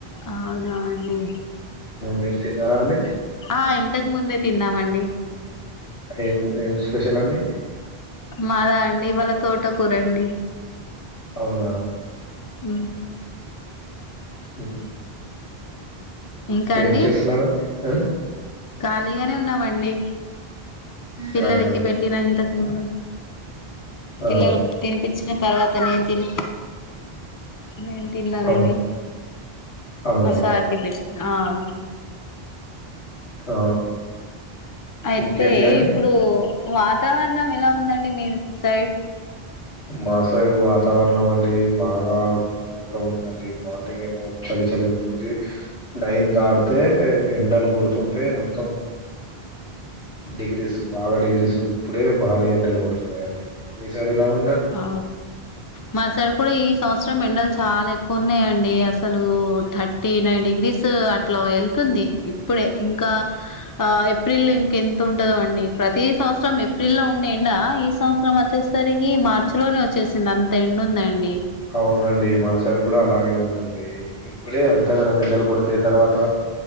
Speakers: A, on the left; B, on the left.
A: అవునా అండి
B: మీరు తిన్నారా అండి
A: ఆ ఇంతకు ముందే తిన్నామండి
B: ఏం ఏం స్పెషల్ అండి.
A: మాదా అండి ఇవాళ తోట కూరండి.
B: అవునా
A: ఊ
B: ఊ
A: ఇంకా
B: ఏం
A: అండి
B: చేస్తున్నారు. హ
A: ఖాళీగానే ఉన్నామండి. పిల్లలకి
B: ఖాళీగానే ఉన్నారా
A: పెట్టిన ఇంతకు ముందు పిల్లలకి
B: ఆ
A: తినిపించిన తర్వాత నేను తిని నేను తిన్నానండి
B: ఆ, అవునా
A: మా సార్కి పెట్టినా ఆ
B: ఆ
A: అయితే
B: ఇంకేంటి అండి
A: ఇప్పుడు వాతావరణం ఎలా ఉందండి మీ సైడ్
B: మా సైడ్ వాతావరణం అండి బాగా ఘోరం ఉందండి మార్నింగ్ ఏమో చలి చలి ఉంటుంది. నైన్ దాడితే ఎండలు కొడుతుంటే మొత్తం డిగ్రీస్ బాగా డిగ్రీస్ ఇప్పుడే భారీ ఎండలు కొడుతున్నాయండి మీ సైడ్ ఎలా ఉంది.
A: ఆ మాసైడ్ కూడా ఈ సంవత్సరం ఎండలు చాలా ఎక్కువ ఉన్నాయండి అసలు థర్టీ నైన్ డిగ్రీస్ అట్లా వెళ్తుంది ఇప్పుడే ఇంకా ఆ ఏప్రిల్లో ఇంకెంతుంటదో అండి. ప్రతి సంవత్సరం ఏప్రిల్ లో ఉండే ఎండ ఈ సం సంవత్సరం వచ్చేసరికి మార్ కొచ్చేసింది అంత ఎండుందండి.
B: ఔనండి మా సైడ్ గూడా అలాగే ఉందండి. ఇప్పుడే అంతగనం వెండలు కొడితే తర్వాత